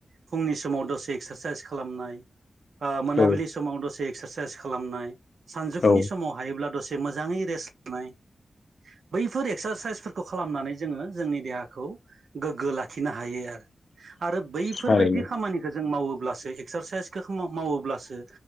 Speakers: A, on the right; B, on the left.
A: फुंनि समाव दसे एक्सारसाइस खालामनाय। मोनाबिलि
B: औ
A: समाव दसे एक्सारसाइस खालामनाय सानजौफुनि
B: औ
A: समाव हायोब्ला दसे मोजाङै रेस होननाय बैफोर एक्सारसाइसफोरखौ खालामनानै जोङो जोंनि देहाखौ गोग्गो लाखियो लाखिनो हायो आरो आरो बैफोरबायदि
B: थारैनो
A: खामानिखौ जों मावो सो एक्सारसाइसखौ मावोब्लासो